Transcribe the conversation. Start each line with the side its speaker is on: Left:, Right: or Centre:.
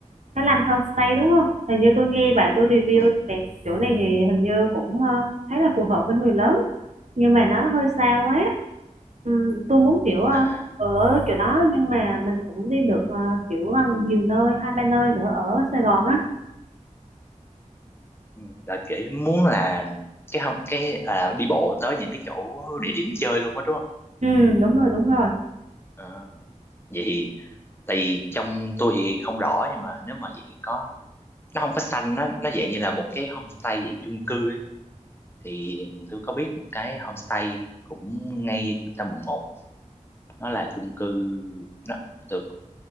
Right: cái Lanh Homestay đúng không? Hình như tôi nghe bạn tôi review
Left: ừ,
Right: về chỗ này thì hình như cũng ờ, khá là phù hợp với người lớn nhưng mà nó hơi xa quá. Ừm, tôi muốn kiểu ờ,
Left: à
Right: ở chỗ đó nhưng mà mình cũng đi được ờ, kiểu gần nhiều nơi hai ba nơi nữa ở Sài Gòn á.
Left: ừ, đợi kỹ muốn là cái không cái à, đi bộ tới những cái chỗ địa điểm chơi luôn á đúng không
Right: Ừ đúng rồi đúng rồi.
Left: Ờ. vậy thì tại vì trong tôi thì không rõ nhưng mà nếu mà vậy thì có nó không có xanh nó nó dạng như là một cái homestay dạng chung cư ấy thì tôi có biết một cái homestay cũng ngay trung tâm quận một nó là chung cư nó, tôi,